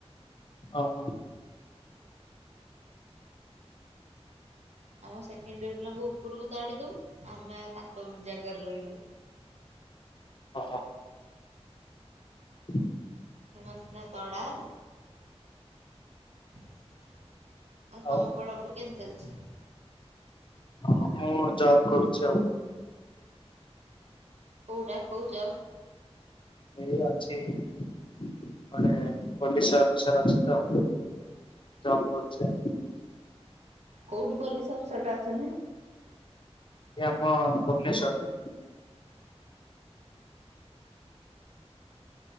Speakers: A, on the left (about 50°); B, on the right (about 85°).
A: ଓହୋ।
B: ଆମ ସେକେଣ୍ଡ ଇୟର ପିଲାଙ୍କୁ ଉପରକୁ ତାଡ଼ି ଦେବୁ, ଆମେ ତାଙ୍କ ଜାଗାରେ ରହିବୁ।
A: ଓହୋ। ହ
B: ସେମାନେ ସିନା ତଡ଼ା ହେବେ ଆଉ
A: ଆଉ
B: ତମ ପଢାପଢି କେମିତି ଚାଲିଛି?
A: ହଁ ମୁଁ ଜବ୍ କରୁଛି ଆଉ।
B: କୋଉଟା କୋଉ ଜବ?
A: ଏଇ ଅଛି ଗୋଟେ ପୋଲିସ ଅଫିସର ଅଛି ତ? ଜବ୍ କରଚି ଆଉ।
B: କୋଉଠି ପୋଲିସ୍ ଅଫିସରଟା ଅଛନ୍ତି?
A: ଏ ଆମ ଭୁବନେଶ୍ଵରରେ।